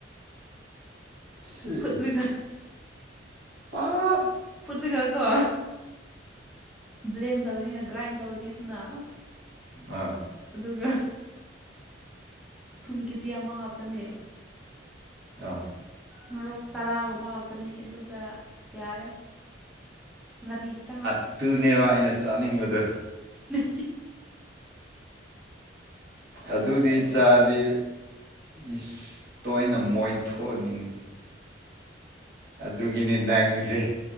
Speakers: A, on the right; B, in the centre.
A: ꯁꯤ
B: ꯐꯠꯂꯨꯒ
A: ꯏꯁ ꯑꯥ
B: ꯀꯀ ꯕ꯭ꯂꯦꯟ ꯇꯧꯅꯤꯅ ꯒ꯭ꯔꯥꯏꯟ ꯇꯧꯒꯅꯤ ꯑꯗꯨꯅ
A: ꯑꯥ
B: ꯑꯗꯨꯒ ꯊꯨꯝꯒꯤꯖꯤ ꯌꯥꯝ ꯑꯃ ꯍꯥꯞꯄꯅꯦ
A: ꯑꯥ
B: ꯃꯔꯣꯛ ꯇꯔꯥꯒ ꯃꯥꯞꯀꯅꯤ ꯑꯗꯨꯒ ꯌꯥꯔꯦ ꯉꯥꯔꯤ ꯈꯤꯇꯪ
A: ꯑꯗꯨꯠꯇꯨꯅꯦꯕ ꯑꯩꯅ ꯆꯥꯅꯤꯡꯕꯗ
B: ꯅ
A: ꯑꯗꯨꯗꯤ ꯆꯥꯗꯤ ꯏꯁ ꯇꯣꯏꯅ ꯃꯣꯏꯊꯣꯛꯑꯅꯤꯅꯤ ꯑꯗꯨꯒꯤꯅꯤ ꯅꯪꯁꯦ